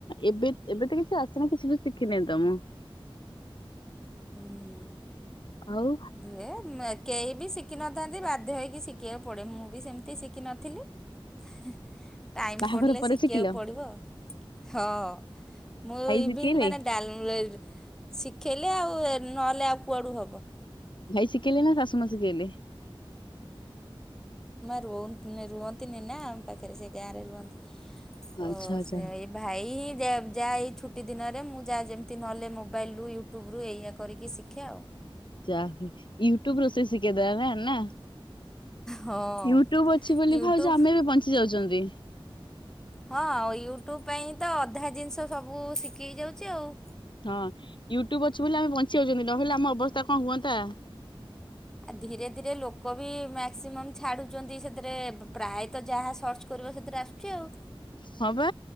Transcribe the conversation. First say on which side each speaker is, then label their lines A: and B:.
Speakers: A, on the left (about 60°); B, in the centre.
A: ଏବେ ଏବେ ତ କିଛି ଆସନି କିଛି ବି ଶିଖିନି ତ ମୁଁ।
B: ଉଁ ହୁଁ।
A: ଆଉ
B: ହେ କେହି ବି ଶିଖିନଥାନ୍ତି ବାଧ୍ୟ ହେଇକି ଶି କିଏ ପଡ଼େ ମୁଁ ବି ସେମିତି ଶିଖିନଥିଲି। ହେ ଟାଇମ
A: ବାହାଘର
B: ପଡିଲେ
A: ପରେ
B: ଶିଖିବାକୁ
A: ଶିଖିଲ
B: ପଡିବ। ହଁ। ମୁଁ
A: ଭାଇ
B: ଇଭିନ୍
A: ଶିଖେଇଲେ
B: ମାନେ ଡାଲ ଶିଖେଇଲେ ଆଉ ନହେଲେ ଆଉ କୁଆଡୁ ହବ।
A: ଭାଇ ସିକେଇଲେ ନା ଶାସୁମା ସିକେଇଲେ।
B: ରୁହନ୍ ରୁହନ୍ତିନି ନା ଆମ ପାଖରେ ସେ ଗାଁରେ ରୁହନ୍ତି। ତ
A: ଆଚ୍ଛା ଆଚ୍ଛା
B: ସେ ଏ ଭାଇ ଯା ଯା ଏଇ ଛୁ ଗୋଟିଏ ଦିନରେ ମୁଁ ଯାହା ଯେମିତି ନହେଲେ ମୋବାଇଲରୁ, ୟୁଟ୍ୟୁବରୁ ଏଇଆ କରିକି ଶିଖେ ଆଉ।
A: ଚା ହୁଏ ୟୁଟ୍ୟୁବ ରୋଷେଇ ଶିଖେଇ ଦେଲାନା ନା।
B: ହଁ
A: ୟୁଟ୍ୟୁବ ଅଛି ବୋଲି
B: ୟୁଟ୍ୟୁବ୍
A: ଭାଉଜ ଆମେ ବି ବଞ୍ଚି ଯାଉଚନ୍ତି।
B: ହଁ ଆଉ ୟୁଟ୍ୟୁବ ପାଇଁ ତ ଅଧା ଜିନିଷ ସବୁ ଶିକିହେଇ ଯାଉଛି ଆଉ।
A: ହଁ ୟୁଟ୍ୟୁବ ଅଛି ବୋଲି ଆମେ ବଞ୍ଚି ଯାଉଚନ୍ତି। ନହେଲେ ଆମ ଅବସ୍ଥା କଣ ହୁଅନ୍ତା?
B: ଆ ଧୀରେ ଧୀରେ ଲୋକ ବି ମାକ୍ସିମମ୍ ଛାଡୁଚନ୍ତି। ସେଥିରେ ପ୍ରାୟତ ଯାହା ସର୍ଚ୍ଚ କର ସେଥିରେ ଆସୁଚି ଆଉ।
A: ହଁ ପା